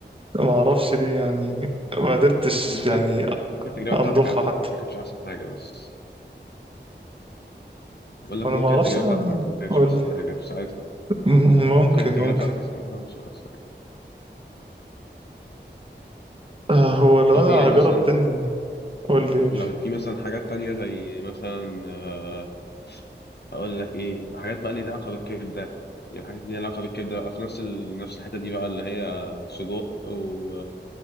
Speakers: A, on the right; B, on the left.
A: ما اعرفش ليه يعني ما قدرتش
B: ممكن
A: يعني
B: ممكن التجربة
A: امضخها
B: بتاعتك كانت-
A: حتى
B: ما كانتش أحسن حاجة بس بقول
A: وانا
B: لك ممكن
A: ما اعرفش
B: التجربة
A: ليه
B: بتاعتك
A: انا
B: ما ما كانتش
A: قول
B: أحسن
A: لي
B: حاجة في ساعتها
A: م- ممكن
B: ممكن التجربة
A: ممكن
B: بتاعتك في ساعتها مش أحسن حاجة
A: آه، هو لو
B: طب
A: انا
B: إيه
A: هجرب
B: يعني مثلا
A: تاني قول لي قول
B: لو
A: لي
B: في مثلا حاجات تانية زي مثلا آه، أقول لك إيه الحاجات بقى اللي ليها علاقة بالكبدة يعني الحاجات اللي ليها علاقة بالكبدة بقى في نفس ال... نفس الحتة دي بقى اللي هي سجق و...